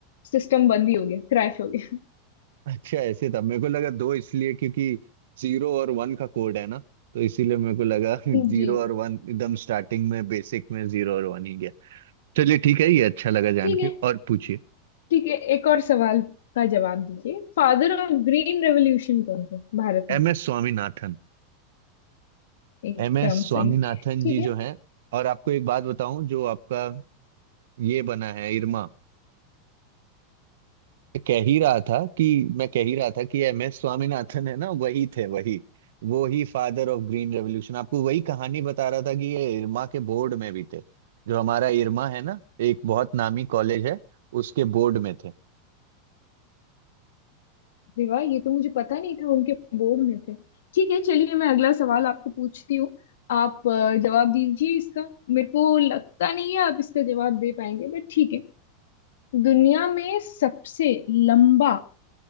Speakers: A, on the left; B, on the right.
A: सिस्टम बंद ही हो गया क्रैश हो गया
B: अच्छा ऐसे था मेरे को लगा दो इसलिए क्योंकि जीरो और वन का कोड है ना तो इसीलिए मेरे को लगा <laughs> जीरो
A: जी
B: और वन एकदम स्टार्टिंग में बेसिक में जीरो और वन ही गया चलिए ठीक है ये अच्छा लगा जान
A: ठीक है
B: के और पूछिए
A: ठीक है एक और सवाल का जवाब दीजिए फादर ऑफ ग्रीन रेवोल्यूशन कौन थे भारत में
B: M S Swaminathan
A: एकदम
B: M S Swaminathan
A: सही ठीक
B: ji
A: है
B: जो हैं और आपको एक बात बताऊं जो आपका ये बना है इरमा मैं कह ही रहा था कि मैं कह ही रहा था कि एम एस स्वामीनाथन है ना वही थे वही वो ही फादर ऑफ ग्रीन रेवोल्यूशन आपको वही कहानी बता रहा था कि ये इरमा के बोर्ड में भी थे जो हमारा इरमा है ना एक बहुत नामी कॉलेज है उसके बोर्ड में थे
A: अरे वाह ये तो मुझे पता नहीं था उनके बोर्ड में थे ठीक है चलिए मैं अगला सवाल आपको पूछती हूँ आप अ, जवाब दीजिए इसका मेरे को लगता नहीं है आप इसका जवाब दे पाएंगे बट ठीक है दुनिया में सबसे लंबा